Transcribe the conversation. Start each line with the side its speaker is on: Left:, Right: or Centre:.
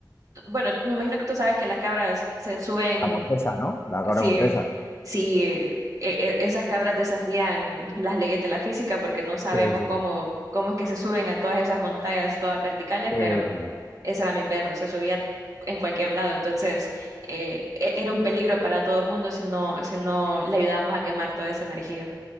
Right: Bueno, me imagino que tú sabes que las cabras se suben,
Left: La Montesa, ¿no? La cabra
Right: si,
Left: Montesa.
Right: si eh, e- esas cabras desafían las leyes de la física, porque no sabemos
Left: Sí, sí,
Right: cómo,
Left: sí.
Right: cómo es que se suben a todas esas montañas, todas verticales,
Left: Sí,
Right: pero
Left: sí, sí.
Right: ese era mi perro, se subía en cualquier lado, entonces eh, e- era un peligro para todo el mundo si no, si no le ayudábamos a quemar toda esa energía.